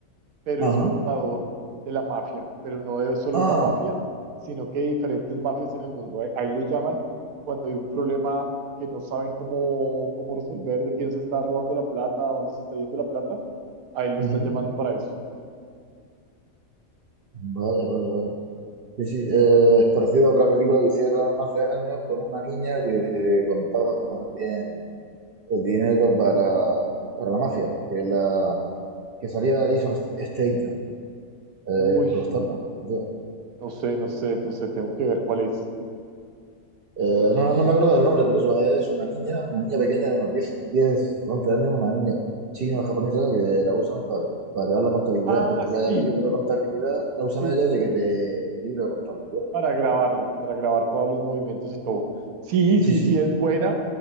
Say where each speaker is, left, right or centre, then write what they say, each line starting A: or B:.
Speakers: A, on the right; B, on the right.
A: pero
B: Ajá.
A: es contador de la mafia, pero no de solo
B: Ah.
A: una mafia, sino que de diferentes mafias en el mundo. Ahí, ahí lo llaman cuando hay un problema que no saben cómo, cómo resolver, de quién se está robando la plata, a dónde se está yendo la plata, ahí lo
B: ujú.
A: están llamando para eso.
B: Vale, vale, vale. Sí, sí, eh, es parecido a otra película que hicieron hace años con una niña que contaba también el dinero para, para la mafia, que, la, que salía Jason Statham, eh,
A: Uy,
B: o Statham, o sea,
A: No sé, no sé, entonces tengo que ver cuál es.
B: eh, no, no me acuerdo del nombre, pero eso es una niña, una niña pequeña de unos diez, 10, 11 años, una niña china o japonesa que la usan para, para llevar la contabilidad,
A: Ah,
B: puesto
A: sí,
B: que haya el libro de contabilidad, la usan
A: sí,
B: a ella de que te, de libro de contabilidad.
A: para grabarlo, para grabar todos los movimientos y todo. Sí,
B: Sí,
A: sí,
B: sí.
A: sí, es buena,